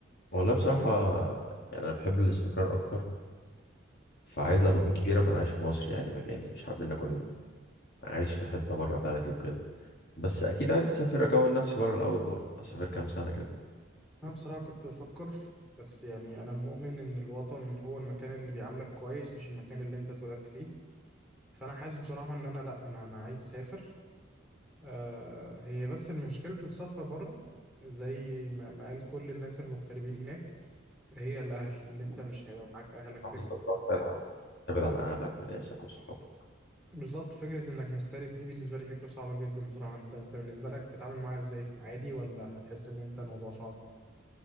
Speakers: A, on the left; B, in the centre.
A: والله بصراحة يعني أنا بحب الاستقرار أكتر فعايز لما أكون كبير أكون عايش في مصر يعني مكاني مش حابب إن أكون عايش في حتة بره بلدي وكده بس أكيد عايز أسافر أكون نفسي بره الأول برضه أسافر كام سنة كده
B: انا بصراحه كنت بفكر بس يعني انا مؤمن ان الوطن هو المكان اللي بيعاملك كويس مش المكان اللي انت اتولدت فيه فانا حاسس بصراحه ان انا لا انا انا عايز اسافر آه هي بس مشكله السفر بره زي ما ما قال كل الناس المغتربين هناك هي الاهل اللي انت مش هيبقى معاك اهلك فكره
A: بالظبط اه، فعلا ابعد عن اهلك وناسك وصحابك
B: بالظبط فكرة انك مغترب دي بالنسبة لي فكرة صعبة جدا بصراحة انت انت بالنسبة لك تتعامل معاها ازاي عادي ولا هتحس ان انت الموضوع صعب